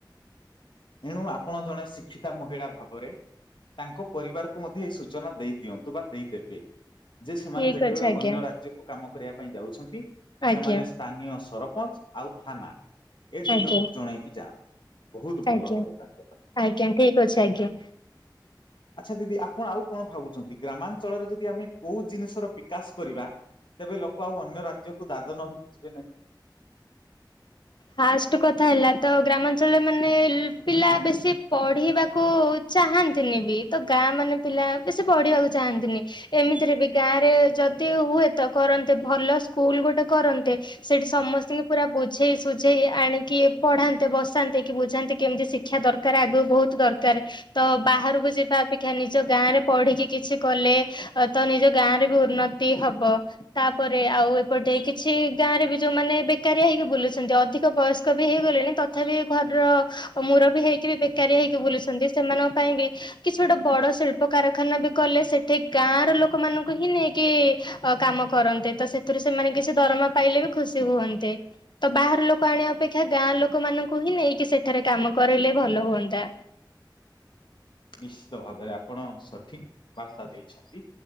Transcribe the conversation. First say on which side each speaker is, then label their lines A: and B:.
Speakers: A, on the left (about 80°); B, on the left (about 70°).
A: ଏଣୁ ଆପଣ ଜଣେ ଶିକ୍ଷିତା ମହିଳା ଭାବରେ ତାଙ୍କ ପରିବାରକୁ ମଧ୍ୟ ଏଇ ସୂଚନା ଦେଇ ଦିଅନ୍ତୁ ବା ଦେଇଦେବେ। ଯେ ସେମାନେ
B: ଠିକ
A: ଯେତେବେଳେ
B: ଅଛି ଆଜ୍ଞା
A: ଅନ୍ୟ ରାଜ୍ୟକୁ କାମ କରିବା ପାଇଁ ଯାଉଛନ୍ତି
B: ଆଜ୍ଞା
A: ସେମାନେ ସ୍ଥାନୀୟ ସରପଞ୍ଚ ଆଉ ଥାନା ଏ ଦି
B: ଆଜ୍ଞା
A: ଜଣଙ୍କୁ ଜଣେଇକି ଯାଆନ୍ତୁ। ବହୁତ ଭଲ
B: ଆଜ୍ଞା
A: ହବ ତାଙ୍କ ପାଇଁ।
B: ଆଜ୍ଞା ଠିକ ଅଛି ଆଜ୍ଞା।
A: ଆଚ୍ଛା ଦିଦି ଆପଣ ଆଉ କଣ ଭାବୁଛନ୍ତି, ଗ୍ରାମାଞ୍ଚଳରେ ଯଦି ଆମେ କୋଉ ଜିନିଷର ବିକାଶ କରିବା ତେବେ ଲୋକ ଆଉ ଅନ୍ୟ ରାଜ୍ୟକୁ ଦାଦନ ହେଇକି ଯିବେ ନାହିଁ?
B: ଫାଷ୍ଟ କଥା ହେଲା ତ ଗ୍ରାମାଞ୍ଚଳରେ ମାନେ ପିଲା ବେଶୀ ପଢିବାକୁ ଚାହାଁନ୍ତିନି ବି ତ ଗାଁ ମାନେ ପିଲା ବି ସେ ପଢିବାକୁ ଚାହାଁନ୍ତିନି। ଏମିତିରେ ବି ଗାଁ ରେ ଯଦି ହୁଏତ କରନ୍ତେ ଭଲ ସ୍କୁଲ ଗୋଟେ କରନ୍ତେ ସେଠି ସମସ୍ତଙ୍କ
A: ହଁ
B: ବୁଝେଇ ସୁଝେଇ ଆଣିକି ପଢାନ୍ତେ ବସାନ୍ତେ କି ବୁଝାନ୍ତେ କେମିତି ଶିକ୍ଷା ଦରକାର ଆଗକୁ ବହୁତ ଦର ତ ବାହାରକୁ ଯି ବା ଅପେକ୍ଷା ନିଜ ଗାଁ ରେ ପଢିକି କିଛି କଲେ, ତ ନିଜ ଗାଁ ରେ ବି ଉନ୍ନତି ହବ। ତାପରେ ଆଉ ଏପଟେ କିଛି ଗାଁରେ ବି ଯୋଉମାନେ ଏବେ ବେକାରିଆ ହେଇକି ବୁଲୁଛନ୍ତି ଅଧିକ ବୟସ୍କ ବି ହେଇଗଲେଣି ତଥାପି ଘରର ମୁରବି ହେଇକି ବି ବେକାରୀଆ ହେଇକି ବୁଲୁଛନ୍ତି ସେମାନଙ୍କ ପାଇଁ ବି କିଛି ଗୋଟେ ବଡ ଶିଳ୍ପ କାରଖାନା ବି କଲେ ସେଠି ଗାଁ ର ଲୋକମାନଙ୍କୁ ହିଁ ନେଇକି ଅ କାମ କରନ୍ତେ ତ ସେଥିରୁ ସେମାନେ କିଛି ଦରମା ପାଇଲେ ବି ଖୁସି ହୁଅନ୍ତେ। ତ ବାହାର ଲୋକ ଆଣିବା ଅପେକ୍ଷା ଗାଁ ଲୋକମାନଙ୍କୁ ହିଁ ନେଇକି ସେଠାରେ କାମ କରାଇଲେ ଭଲ ହୁଅନ୍ତା।
A: ନିଶ୍ଚିତ ଭାବରେ ଆପଣ ସଠିକ ବାର୍ତ୍ତା ଦେଇଛନ୍ତି।